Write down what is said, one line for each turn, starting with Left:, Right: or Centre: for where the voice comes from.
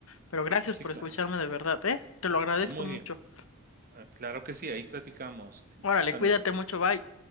Left: Pero gracias
Right: Sí,
Left: por
Right: claro.
Left: escucharme de verdad, ¿eh? Te lo agradezco
Right: Muy
Left: mucho.
Right: bien. Ah, Claro que sí, ahí platicamos. Jaime.
Left: Órale,
Right: Hasta
Left: cuídate
Right: luego.
Left: mucho, bye.